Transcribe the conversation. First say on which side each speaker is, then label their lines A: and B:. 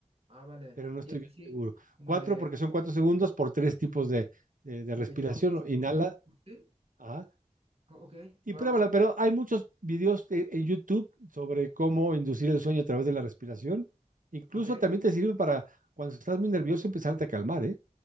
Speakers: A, on the right; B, on the right.
A: Ah, vale.
B: pero no
A: Y
B: estoy
A: es
B: bien
A: así
B: seguro.
A: como
B: Cuatro
A: de,
B: porque son cuatro segundos por tres tipos de, de- de
A: de
B: respiración.
A: yogis.
B: Inhala,
A: o- Sí,
B: ajá,
A: o- ok,
B: y
A: va,
B: pruébala,
A: va.
B: pero hay muchos videos e- en YouTube sobre cómo inducir el sueño a través de la respiración. Incluso
A: Ok,
B: también te sirve para cuando estás muy nervioso empezarte a calmar, ¿eh?